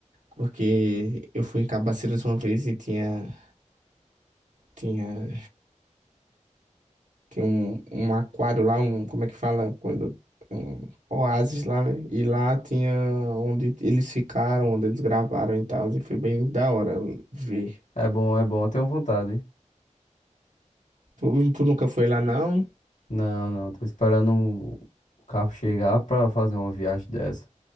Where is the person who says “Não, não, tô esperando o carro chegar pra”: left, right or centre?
Left